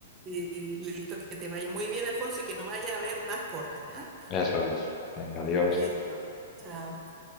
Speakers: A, on the right (about 25°); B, on the left (about 30°).
A: Sí, listo, que te vaya muy bien, Alfonso, y que no vaya a haber más cortes, ¿ah?
B: Eso es. Venga, adiós.
A: <laughs> Listo. Chao.